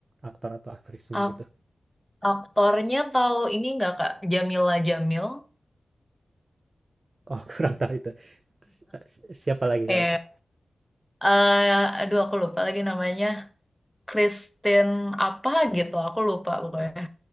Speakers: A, on the right; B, in the centre.
A: aktor atau aktrisnya
B: Ak-
A: gitu.
B: aktornya tahu ini nggak Kak Jamila Jamil?
A: Oh <laughs> kurang tahu itu. Si si siapa lagi
B: Kayak
A: kalau itu?
B: eh aduh aku lupa lagi namanya. Kristen apa gitu, aku lupa pokoknya.